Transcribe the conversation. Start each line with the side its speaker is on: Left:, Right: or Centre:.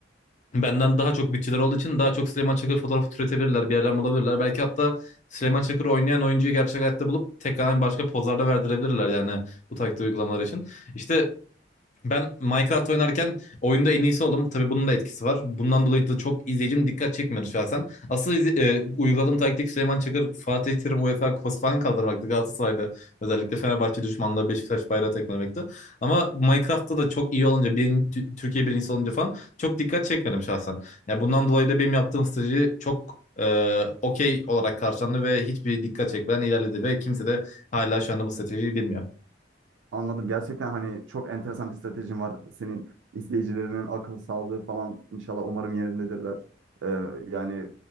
Left: Benden daha çok bütçeler olduğu için daha çok Süleyman Çakır fotoğrafı türetebilirler. Bir yerden bulabilirler. Belki hatta Süleyman Çakır oynayan oyuncuyu gerçek hayatta bulup tekrar başka pozlarda verdirebilirler yani bu taktik uygulamalar için. İşte ben Minecraft oynarken oyunda en iyisi oldum. Tabii bunun da etkisi var. Bundan dolayı da çok izleyicim dikkat çekmiyordu şahsen. Asıl izle- e, uyguladığım taktik Süleyman Çakır, Fatih Terim UEFA Kupası falan kaldırmaktı. Galatasaray'da özellikle Fenerbahçe düşmanlığı Beşiktaş bayrağı tekmelemekti. Ama Minecraft'ta da çok iyi olunca, birin- Tü- Türkiye birincisi olunca falan çok dikkat çekmedim şahsen. Ya bundan dolayı da benim yaptığım strateji çok e, okey olarak karşılandı ve hiçbir dikkat çekmeden ilerledi ve kimse de hala şu anda bu stratejiyi bilmiyor.
Right: Anladım. Gerçekten hani çok enteresan bir stratejin var. Senin izleyicilerinin akıl sağlığı falan inşallah umarım yerindedirler. Ee, yani